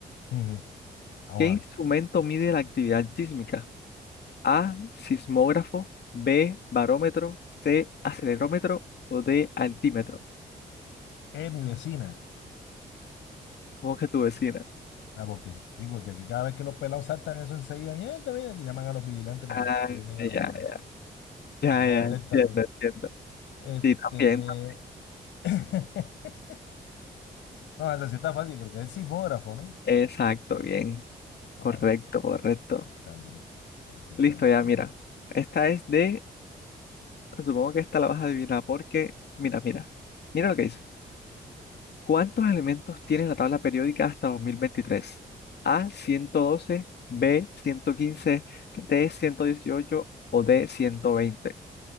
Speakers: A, on the left; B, on the left.
A: Ujú. Vamos
B: ¿Qué instrumento
A: a ver.
B: mide la actividad sísmica? A, sismógrafo, B, barómetro, C, acelerómetro o D, altímetro.
A: Eh, mi vecina.
B: ¿Cómo que tu vecina?
A: Ah, porque sí, porque aquí cada vez que los pelados saltan eso enseguida, mierda, mira, te llaman a los vigilantes para
B: Ah,
A: que vengan
B: ya,
A: a regañar.
B: ya, <laughs>
A: Ella
B: ya,
A: detecta
B: entiendo,
A: todo eso.
B: entiendo.
A: Este.
B: Sí, también. tam-
A: <laughs> No, esa sí está fácil, creo que es el sismógrafo, ¿no?
B: Exacto, bien.
A: No,
B: Correcto,
A: David.
B: correcto.
A: Soy tan bruto. No soy
B: Listo,
A: tan bruto.
B: ya, mira. Esta es de, supongo que esta la vas a adivinar porque, mira, mira. Mira lo que dice. ¿Cuántos elementos tiene la tabla periódica hasta dos mil veintitrés A, ciento doce B, ciento quince C, 118 o D, ciento veinte